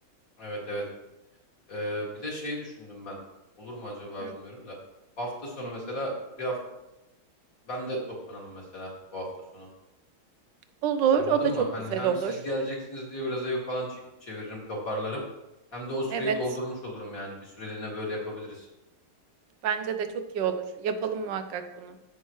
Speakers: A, on the left; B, on the right.
A: Evet evet. Ee, bir de şeyi düşündüm ben. Olur mu acaba
B: Hı.
A: bilmiyorum da. Hafta sonu mesela bir hafta ben de toplanalım mesela bu hafta sonu.
B: Olur,
A: Anladın
B: o da
A: mı?
B: çok
A: Hani
B: güzel
A: hem
B: olur.
A: siz geleceksiniz diye biraz evi falan çekip çeviririm, toparlarım. Hem de o süreyi
B: Evet,
A: doldurmuş olurum yani. Bir süreliğine böyle yapabiliriz.
B: bence de çok iyi olur. Yapalım muhakkak bunu.